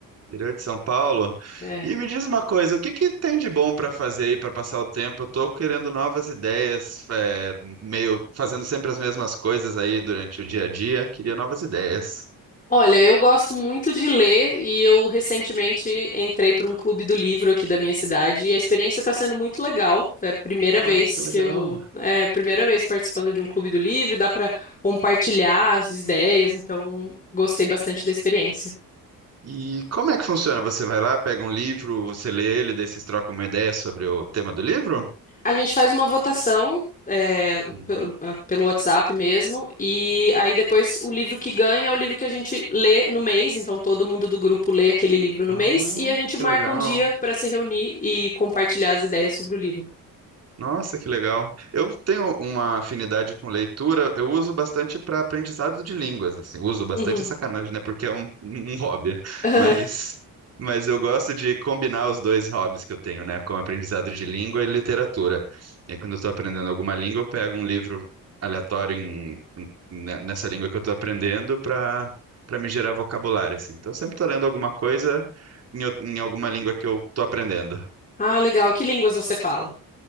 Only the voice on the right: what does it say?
Interior de São Paulo?
E me diz uma coisa, o que que tem de bom pra fazer aí pra passar o tempo? Eu tô querendo novas ideias, é, meio fazendo sempre as mesmas coisas aí durante o dia a dia. Queria novas ideias.
Ah,
que legal.
E como é que funciona? Você vai lá, pega um livro, você lê ele, daí vocês trocam uma ideia sobre o tema do livro?
Uhum.
Ah,
que
legal.
Nossa, que legal. Eu tenho uma afinidade com leitura, eu uso bastante para aprendizado de línguas, assim. Uso bastante
é sacanagem, né? Porque é um, um um hobby, <laughs>
mas mas eu gosto de combinar os dois hobbies que eu tenho, né, com aprendizado de língua e literatura. E aí, quando eu estou aprendendo alguma língua, eu pego um livro aleatório em- em- ne- nessa língua que eu estou aprendendo para para me gerar vocabulário, assim. Então, eu sempre estou lendo alguma coisa em, ou- em alguma língua que eu estou aprendendo.